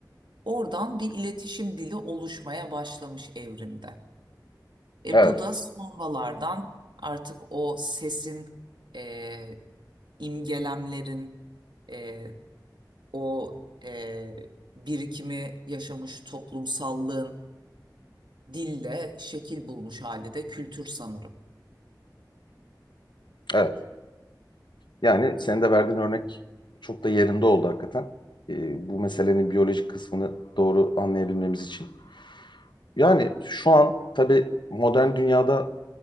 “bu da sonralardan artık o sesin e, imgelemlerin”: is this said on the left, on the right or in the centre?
Right